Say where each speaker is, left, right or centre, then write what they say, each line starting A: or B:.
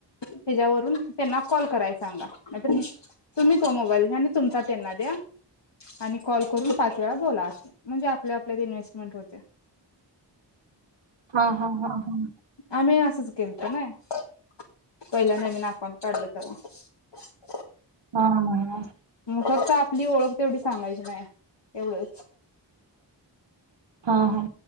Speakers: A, on the left (about 70°); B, on the right (about 75°).
A: हॅच्यावरून त्यांना कॉल करायचा. सांगा, नाहीतर तुम्ही तो मोबाईल घ्या तुमचा त्यांना द्या आणि कॉल करून पाच वेळा बोला म्हणजे आपल्या आपल्यात इन्व्हेस्टमेंट होते.
B: हां हां हा हं.
A: आम्ही <unintelligible> पहिला नवीन अकाऊंट काढल. <unintelligible> <unintelligible>
B: हा हा हा.
A: फक्त आपली ओळख तेवढी सांगायची नाही एवढच.
B: हां हां,